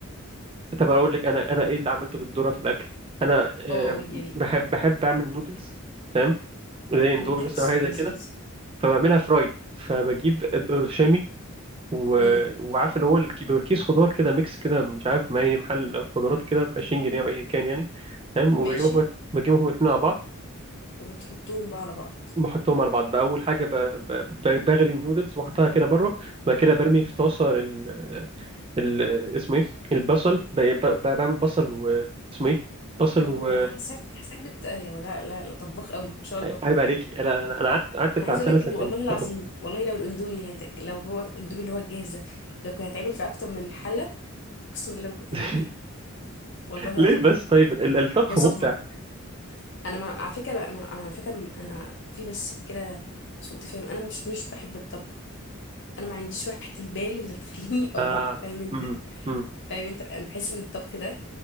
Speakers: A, on the right; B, on the left.
A: طب أقول لك أنا أنا إيه اللي عملته بالذرة في الأكل أنا آه،
B: اه قول لي يا بيه
A: بحب بحب أعمل نودلز تمام زي اندومي
B: نودلز
A: مثلا أو حاجة زي
B: لذيذ
A: كده فبعملها فرايد فبجيب الشامي و...
B: امم
A: وعارف اللي هو الكي- بيبقى كيس خضار كده ميكس كده مش عارف ما أي محل خضارات كده ب 20 جنيه أو أيا كان يعني تمام وبجيبهم
B: ماشي
A: بجيبهم الاتنين على بعض
B: وبتحطوهم بقى على بعض
A: بحطهم على بعض بأول حاجة ب- ب- ب- بغلي النودلز وأحطها كده بره بعد كده برمي في طاسة ال ال اسمه إيه البصل ب- ب- بعمل بصل و اسمه إيه بصل
B: اه
A: و
B: انا حاساك حاساك بت يا لا لا لا طباخ قوي ما شاء الله
A: عيب عليكي أنا أنا أنا قعدت قعدت بتاع
B: انا عايزه
A: سنة
B: اقول لك
A: سنتين
B: ان والله العظيم
A: طبخ
B: والله لو الاندومي هيت... لو هو الاندومي اللي هو الجاهز ده لو كان هيتعمل في اكتر من حله اقسم بالله ما كنت
A: <laughs>
B: هجيبه والله العظيم
A: ليه بس طيب ال- الطبخ
B: يا صبك
A: ممتع
B: انا ما... على فكره انا انا أنا على فكره انا في بس كده سوء تفاهم انا مش مش بحب الطبخ انا ما عنديش وحده البال اللي تخليني <laughs> اطبخ
A: آه
B: فاهم انت
A: أمم أمم
B: فاهم انت انا بحس ان الطبخ ده